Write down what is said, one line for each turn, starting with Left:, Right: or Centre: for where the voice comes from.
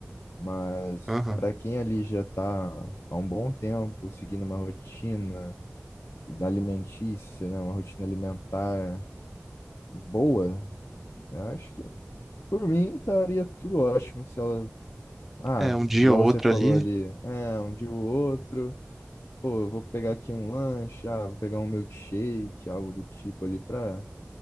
Left: Mas
Centre: aham.
Left: para quem ali já está há um bom tempo seguindo uma rotina alimentícia, né? Uma rotina alimentar boa, eu acho que por mim tá, estaria tudo ótimo se ela Ah,
Centre: É, um dia
Left: igual
Centre: ou
Left: você
Centre: outro
Left: falou
Centre: ali,
Left: ali, é, um dia o outro, pô, eu vou pegar aqui um lanche, ah, vou pegar um milkshake, algo do tipo ali pra